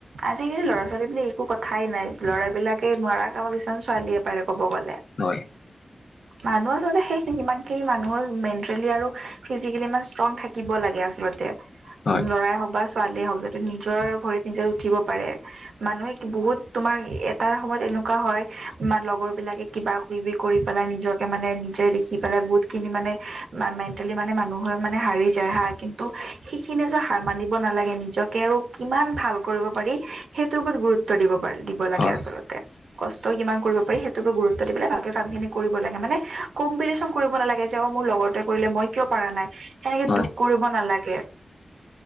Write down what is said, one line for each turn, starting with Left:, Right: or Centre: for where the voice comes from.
Right: আজিকালি ল'ৰা ছোৱালী বুলি একো কথাই নাই ল'ৰাবিলাকে নোৱাৰা কামত কিছুমান ছোৱালীয়ে পাৰে কব গ'লে
Left: হয়
Right: মানুহ আচলতে শেষ নেকি ইমানখিনি মানুহৰ মেণ্টেলি আৰু ফিজিকেলি ইমান ষ্ট্ৰং থাকিব লাগে আচলতে
Left: হয়
Right: লৰাই হওক বা ছোৱালীয়ে হওক যাতে নিজৰ ভৰিত নিজে উঠিব পাৰে মানুহে বহুত তোমাৰ এটা সময়ত এনেকুৱা হয় লগৰ বিলাকে কিবা বি বি কৰি পেলাই নিজকে মানে নিজে দেখি পেলাই বহুত খিনি মানে মেণ্টেলি মানে মানুহে মানে হাৰি দেহা কিন্তু সেইখিনি যে হাৰ মানিব নালাগে নিজকে আৰু কিমান ভাল কৰিব পাৰি সেইটোৰ ওপৰত গুৰুত্ব দিব পাৰ দিব লাগে
Left: হয়
Right: আচলতে কষ্ট কিমান কৰিব পাৰি সেইটোকে গুৰুত্ব দি পেলাই ভালকে কাম খিনি কৰিব লাগে মানে কম্পিউটি চন কৰিব নালাগে যে অ মোৰ লগৰ টোৱে কৰিলে মই কিয় পাৰ নাই সেনেকে
Left: হয়
Right: দুখ কৰিব নালাগে